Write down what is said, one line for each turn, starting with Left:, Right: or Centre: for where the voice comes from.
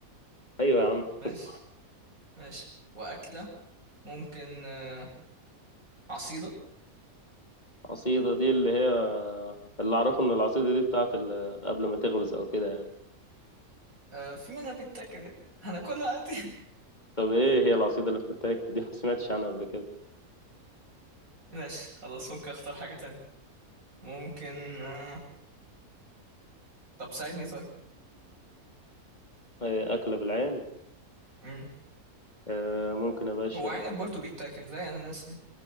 Left: ايوه يا عم <laughs>
Right: ماشي ماشي وأكلة ممكن آه عصيدة
Left: عصيدة دي اللي هي اللي اعرفه ان العصيدة دي بتاعت ال- قبل ما تغمز او كده يعني
Right: آه في منها بيتاكل يعني هناكلها عادي
Left: طب ايه هي العصيدة اللي بتتاكل دي ما سمعتش عنها قبل كده
Right: <laughs> ماشي خلاص ممكن اختار حاجة تانية ممكن آه، طب ساعدني طيب
Left: هي أكلة بالعين
Right: مم.
Left: آه، ممكن يا باشا
Right: هو عنب برضو بيتاكل زي اناناس يعني.